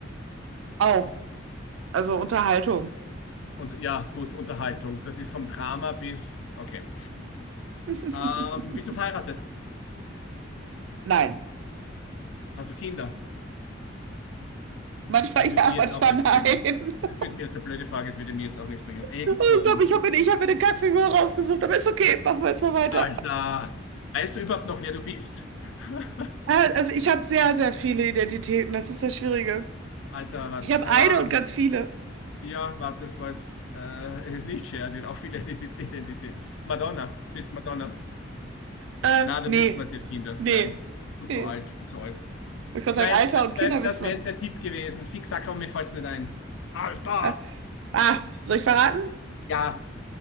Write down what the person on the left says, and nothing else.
Oh, ja.
Und ja, gut, Unterhaltung. Das ist vom Drama bis, okay.
Ähm, bist du verheiratet?
Hast du Kinder?
Das
wird mir
jetzt auch nichts
bringen.
Das wird mir jetzt eine blöde Frage, das würde mir jetzt auch nichts bringen. Ey,
komm,
Alter. Weißt du überhaupt noch, wer du bist? <laughs>
Alter, was?
Ja, warte, das war jetzt, äh, <laughs> es ist nicht Cher, die hat auch viele Ident- Identitäten. Madonna, bist du Madonna?
Na, da
wüssten wir es ja, Kinder.
Nein, du
zu alt, du zu alt.
Mei,
das
wäre
das
wär
jetzt
der Tipp gewesen. Fix, sag, komm, mir fällt's nicht ein. Alter!
Ja.